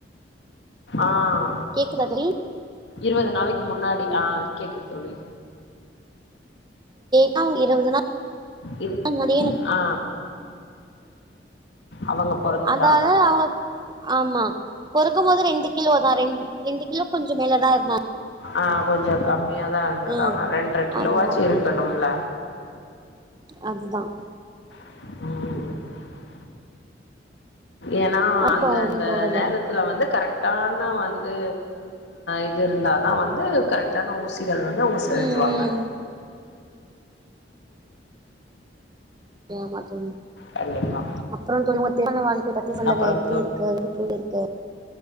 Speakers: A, on the left; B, on the right.
A: ஆஹ்
B: கேக்குதா தோழி
A: இருபது நாளைக்கு முன்னாடி ஆஹ் கேக்குது தோழி
B: ட்டாங இருபது நாள்
A: இரு
B: <unintelligible>
A: ஆ அவங்க பொறந்துட்டாங்க
B: அதாவ அவ ஆமா பொறக்கும்போது ரெண்டு கிலோதான் ரெ ரெண்டு கிலோ கொஞ்சம் மேல தான் இருந்தா
A: ஆஹ் கொஞ்சம் கம்மியாதான் இருந்திருக்காங்க
B: ம்
A: ரெண்டரை கிலோவாச்சு
B: அதுதா
A: இருக்கணும்ல
B: அதுதான்
A: உம் ஏன்னா
B: இப்ப
A: அந்த
B: அவங்களுக்கு
A: அந்த
B: போடல
A: நேரத்துல வந்து கரெக்டா வந்து இது இருந்தா தான் வந்து கரெக்டான ஊசி இது எல்லாம் தான் அவங்க செலுத்துவாங்க
B: ம் ம் ஏமாற்ற
A: கண்டிப்பா
B: அப்புறம் தொழபத்தான வாழ்க்கை பத்தி சொல்லுங்க
A: அப்புறம்
B: எப்படி இருக்கு இப்படி சொல்லிருக்கு